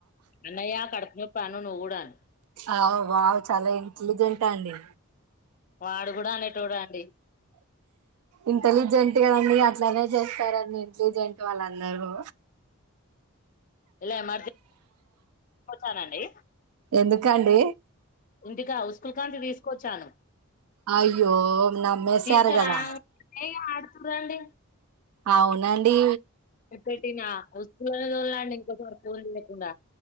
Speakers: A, on the left; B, on the right.
A: అన్నయ్యా కడుప్నొపను నువ్వుగుడా అన్
B: అవ్ వావ్ చాలా ఇంట్లిజెంటండి
A: వాడు కూడా అనేటోడు అండి
B: ఇంటలిజెంట్ కాదండి అట్లానే చేస్తారండి ఇంట్లిజెంట్ వాళ్ళందరూ
A: ఇలా ఎమర్జె కొచ్చనండి
B: ఎందుకండి
A: ఇంటిక ఉసుకల్కంచి తీసుకొచ్చాను
B: అయ్యో నమ్మెసరుగదా
A: తీసుకురాంగానే ఆడుతుర్రండి
B: అవునండీ
A: చుప్పటినా వస్తున్న <unintelligible> ఇంకోక సారి ఫోన్ ఇయ్యకుండా